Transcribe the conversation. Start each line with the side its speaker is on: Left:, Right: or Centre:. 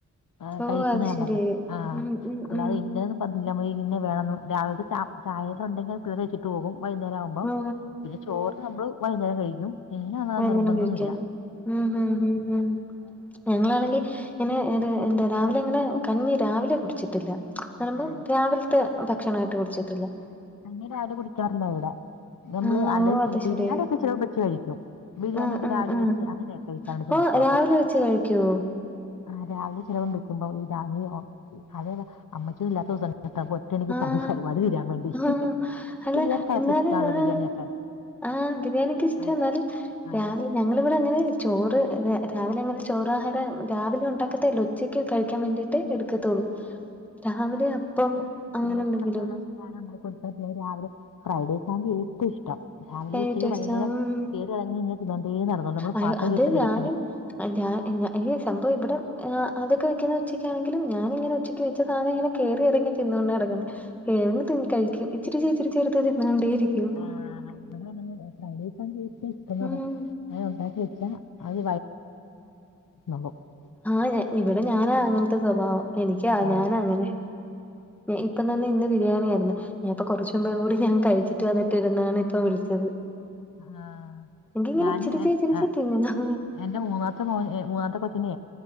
Left: ആ
Centre: ഓ
Left: കഴിക്കുന്ന
Centre: അത്
Left: കണ്ടത്
Centre: ശരി
Left: ആ
Centre: ഉം ഉം
Left: അല്ലാതെ
Centre: ഉം
Left: ഇന്നതൊ ന്നുല്ല ഇന്നെ വേണന്ന് രാവില്ത്തെ ചാ ചായ ഉണ്ടെങ്കിൽ തിന്നഴിച്ചിട്ട് പോകും വൈകുന്നരം ആവു മ്പം
Centre: ഓ
Left: പിന്നെ ചോറ് നമ്മള് വൈകുന്നേരം കഴിക്കും ഇന്ന
Centre: അങ്ങനെ
Left: നിർബന്ധൊന്നുല്ല
Centre: കഴിക്കും ആഹ് ഹാ ഹാ ഹാ ഞങ്ങളാണെങ്കിൽ ഇങ്ങനെ ഏ എന്താ രാവിലെ അങ്ങനെ കഞ്ഞി രാവിലെ കുടിച്ചിട്ടില്ല പറയുമ്പം
Left: ആഹ്
Centre: രാവിലത്തെ ഭക്ഷണമായിട്ട് കുടിച്ചിട്ടില്ല
Left: അന്നെ രാവിലെ കുടിക്കാറില്ലഇവിടെ നമ്മള്
Centre: ആഹ്
Left: അല്ല
Centre: ഓ അത്
Left: ബിരിയാണി
Centre: ശരി
Left: ഒക്കെ ചെല പെച്ച് കഴിക്കും ബിരിയാണി
Centre: ആഹ്
Left: ഒക്കെ
Centre: ആഹ്
Left: രാവിലെ
Centre: ആഹ്
Left: വെച്ച് അങ്ങനെയൊക്കെ കഴിക്കാറ്ണ്ട് ചെലപ്പൊക്കെ
Centre: ഓ രാവിലെ വെച്ച് കഴിക്കോ
Left: ആ രാവിലെ ചെലവം വെക്കുമ്പോ ഈ രാവിലെ അതായത് അമ്മച്ചിയൊന്നും ഇല്ലാത്ത ദിവസം എനിക്ക്
Centre: ആഹ്
Left: പടി പരിപാടി തീരാൻ വേണ്ടി
Centre: ആഹ് അല്ല
Left: പിള്ളേർക്ക് അതൊക്കെഇഷ്ടാണെല്ലാ
Centre: എന്നാലും ആഹ്
Left: ബിരിയാണിയൊക്കെ
Centre: ആഹ് ബിരിയാണി യൊക്കെ ഇഷ്ട്ടാ
Left: ആഹ്
Centre: എന്നാൽ
Left: ആഹ്
Centre: രാവി ഞങ്ങളിവിടെ അങ്ങനെ ചോറ് രാവിലെ അങ്ങനെ ചോറ് ആഹാരം രാവിലെ ഉണ്ടാക്കത്തേയില്ല ഉച്ചയ്ക്ക് കഴിക്കാൻ വേണ്ടി ട്ട് എടുക്കത്തോളൂ രാവിലെ അപ്പം അങ്ങനെ
Left: പിള്ളേര്
Centre: എന്തെങ്കിലും
Left: മാത്രമുള്ള ദിവസം ഞാനു ണ്ടാക്കി കൊടുത്തെ രാവിലെ ഫ്രൈഡ്റൈസ് ആണെങ്കി ഏറ്റവും ഇഷ്ടം രാവിലെ
Centre: ഏ
Left: ഉച്ചക്ക്
Centre: ടേസ്റ്റ്
Left: വൈന്നേരം
Centre: ഉം
Left: കേട് ഇറങ്ങി ഇങ്ങനെ തിന്നോണ്ടേ നടന്നോണ്ട് നമ്മള്
Centre: അയ്യോ
Left: പാത്രം വെച്ച് അത്
Centre: ഞാനും
Left: ഇടക്ക് പോയി
Centre: ഞാൻ ഈ സംഭവം ഇവിടെ അതൊക്കെ വെക്കുന്ന ഉച്ചക്കാണെങ്കിലും ഞാാനിങ്ങനെ ഉച്ച ക്ക് വെച്ച സാധന ഇങ്ങനെ കേറിയിറങ്ങി തിന്നോണ്ട് നടക്കുന്നു ഏ കഴിക്കും ഇച്ചിരി ഇച്ചിരി ചെറുത് തിന്നോണ്ടേയിരിക്കും
Left: ആ ഇവിടെ ഫ്രൈഡേസ ചറ്റ ഇഷ്ടംന്ന്
Centre: ഉം
Left: പറ അനെ ഉണ്ടാക്കി വെച്ച അത് <unintelligible>
Centre: ആഹ് ഇവിടെ ഞാനാ അങ്ങനത്തെ സ്വഭാവം എനിക്ക
Left: ആ,
Centre: ഞാനങ്ങനെ ഇപ്പം തന്നെ ഇന്ന് ബിരിയാണി ആയിരുന്നു ഞാൻ ഇപ്പ കുറച്ചുമ്പും കൂടി ഞാൻ കഴിച്ചിട്ട് വന്നിട്ടിരുന്നാണ് ഇപ്പ വിളിച്ചത്
Left: ആ,
Centre: എനിക്കി ഇങ്ങനെ
Left: ഞാന്
Centre: ഇചിരിച്ചേ
Left: എ-
Centre: ഇചിരിച്ചേ
Left: ആ,
Centre: തിന്നണം
Left: എന്റെ മൂന്നാത്തെ മൂന്നാത്തെ കൊച്ചിനെ